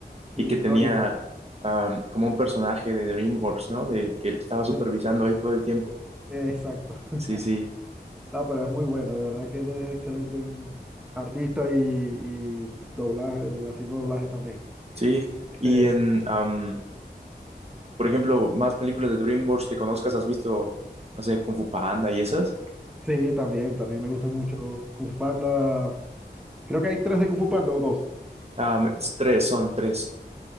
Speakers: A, in the centre; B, on the right.
A: sí,
B: y que tenía
A: no, y de verdad.
B: am, como un personaje de DreamWorks, ¿no? De que lo estaba
A: Sí,
B: supervisando ahí todo el tiempo.
A: exacto. <laughs>
B: Sí, sí,
A: No, pero es muy bueno, de verdad que él es excelente en artista y, y doblaje, haciendo doblajes también.
B: sí.
A: Este,
B: Y en, am, por ejemplo, más películas de DreamWorks que conozcas, ¿has visto, no sé, Kung Fu Panda y esas?
A: Sí, también, también me gusta mucho Kung Fu Panda. Creo que hay tres de Kung Fu Panda o dos.
B: Am, es tres, son tres.